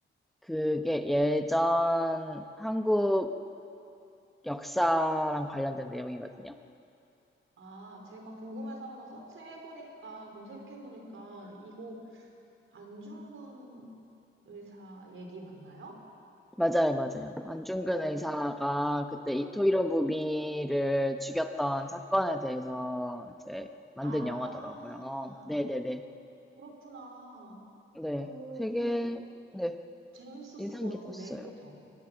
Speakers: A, in the centre; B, on the right.
A: 그게 예전 한국 역사랑 관련된 내용이거든요.
B: 아, 제가 궁금해서 한번 서칭해보니까, 검색해보니까, 이거 안중근 의사 얘기 맞나요?
A: 맞아요, 맞아요. 안중근
B: 아,
A: 의사가 그때 이토 히로부미를 죽였던 사건에 대해서 이제 만든
B: 아,
A: 영화더라고요. 네네네. 네. 네.
B: 그렇구나.
A: 네,
B: 그,
A: 되게,
B: 그,
A: 네.
B: 재밌었을
A: 인상
B: 것 같은데,
A: 깊었어요.
B: 그죠?